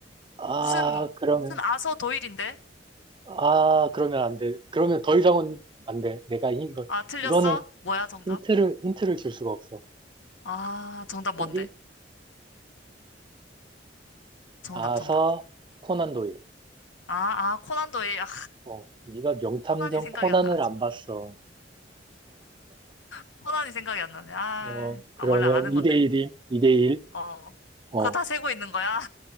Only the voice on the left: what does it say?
무슨,
무슨 아서 도일인데?
아, 틀렸어?
뭐야, 정답?
아, 정답
뭔데? 정답,
정답.
아, 아, 코난 도일. 아,
코난이 생각이
안 나가지고.
코난이 생각이 안 나네. 아,
아,
원래 아는
건데.
어.
그거 다 세고 있는 거야?